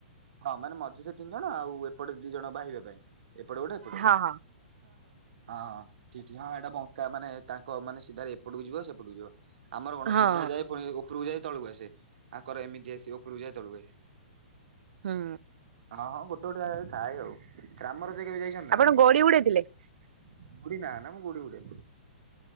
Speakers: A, on the right; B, on the right.
A: ହଁ ମାନେ ମଝିରେ ତିନି ଜଣ ଆଉ ଏପଟେ ଦି ଜଣ ବାହିବା ପାଇଁ ଏପଟେ ଗୋଟେ ଏପଟେ ଗୋଟେ
B: ହଁ ହଁ।
A: ହଁ। ଠ ହଁ ଏଇଟା ବଙ୍କା ମାନେ ତାଙ୍କ ମାନେ ସିଧାରେ ଏପଟକୁ ଯିବ ସେପଟକୁ ଯିବ ଆମର କଣ
B: ହଁ
A: ସିଧା ଯାଏ ପୁଣି ଉପରକୁ ଯାଏ ତଳକୁ ଆସେ ଆଙ୍କର ଏମିତି ଆସି ଉପରକୁ ଯାଇ ତଳକୁ ଆସେ
B: ହଁ।
A: ହଁ ହଁ ଗୋଟେ ଗୋଟେ ଜାଗାରେ ଥାଏ ଆଉ ଗ୍ରାମର ଯ କେବେ ଯାଇଛନ୍ତି
B: ଆପଣ
A: ନା?
B: ଗୋଡି ଉଡେଇଥିଲେ
A: ଗୁଡି ନା ନା ମୁଁ ଗୁଡ଼ି ଉଡ଼େନି